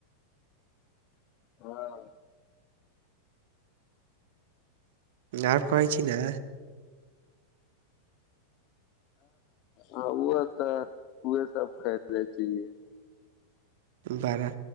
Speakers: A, on the left; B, on the right.
A: हँ
B: आओर कहै छी न
A: ह ओ तऽ उहे सब खले छिये
B: बड़ा